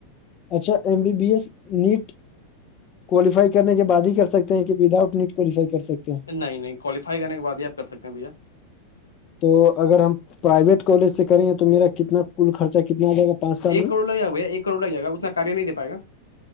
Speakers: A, on the left (about 35°); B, on the left (about 75°).
A: اچھا M B B S NEET کوالیفائینے کے بع ہی کر سک ہیں کہ وداؤٹ نٹ کوالیفائی کر سکتے ہیں
B: نہیں نہیں کوالیفائی کرنے کے بعد ہی آپ کر سکتے ہیں بھیا
A: تو اگر ہم پرائیویٹ کالج سے کریں گے تو میرا کتنا کل خرچہ کتنا آ جائے گا پانچ سال
B: ایک
A: میں
B: کروڑ لگائے گاھیا ایک کروڑ لگ جائےا اتنا کاار نہیں دے پائے گا